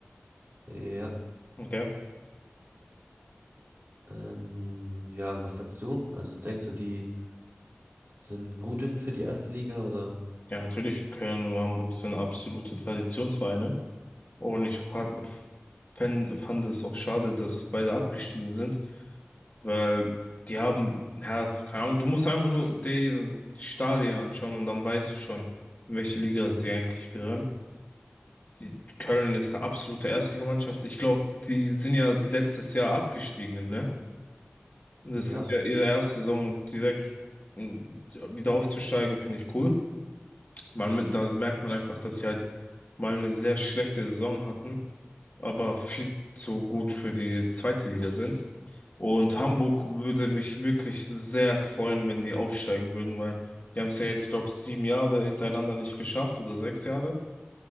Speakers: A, on the right; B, on the left.
A: Ja,
B: Okay.
A: ähm, ja, was sagst du? Also denkst du, die sind gut in für die erste Liga oder?
B: Ja, natürlich, Köln und Hamburg sind absolute Traditionsvereine. Und ich fand, fand, fand es auch schade, dass beide abgestiegen sind, weil die haben, ja, keine Ahnung, du musst einfach nur die Stadien anschauen und dann weißt du schon, in welche Liga sie eigentlich gehören. Die Köln ist eine absolute Erstligamannschaft. Ich glaube, die sind ja letztes Jahr abgestiegen, ne? Und
A: Ja.
B: das ist ja ihre erste Saison und direkt mm, wieder aufzusteigen, finde ich cool. Man, da merkt man einfach, dass sie halt mal eine sehr schlechte Saison hatten, aber viel zu gut für die zweite Liga sind. Und Hamburg würde mich wirklich sehr freuen, wenn die aufsteigen würden, weil die haben es ja jetzt, glaube ich, sieben Jahre hintereinander nicht geschafft oder sechs Jahre.